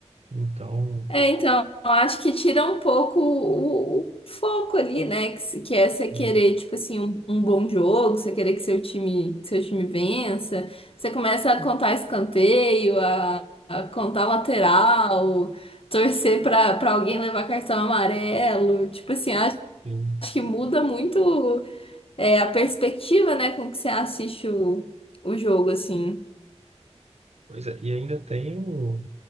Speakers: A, on the right (about 65°); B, on the left (about 55°).
A: Então,
B: É, então, eu acho que tira um pouco o, o foco ali, né? Que, se- que é você querer,
A: <laughs> hum,
B: tipo assim, um, um bom jogo, você querer que seu time, que seu time vença. Você começa a contar escanteio, a, a contar lateral, torcer pra, pra alguém levar cartão amarelo. Tipo assim, acho
A: sim,
B: que muda muito. é, a perspectiva, né, com que você assiste o, o jogo, assim.
A: pois é. E ainda tem o,